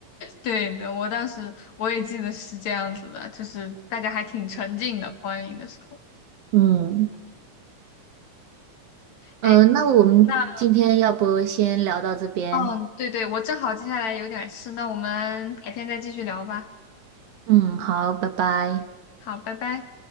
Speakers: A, on the left; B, on the right.
A: 对的，我当时我也记得是这样子的，就是大家还挺沉浸的观影的时候。
B: 嗯，呃，
A: 哎，
B: 那我们今天要不先聊到这边？
A: 那嗯，对对，我正好接下来有点事，那我们改天再继续聊吧。
B: 嗯，好，拜拜。
A: 好，拜拜。